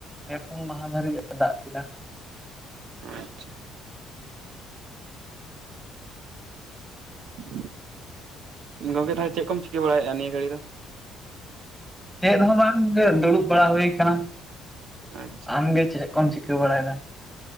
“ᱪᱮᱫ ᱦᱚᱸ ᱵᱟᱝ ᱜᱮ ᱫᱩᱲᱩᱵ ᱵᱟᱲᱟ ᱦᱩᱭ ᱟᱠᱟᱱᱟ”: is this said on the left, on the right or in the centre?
Centre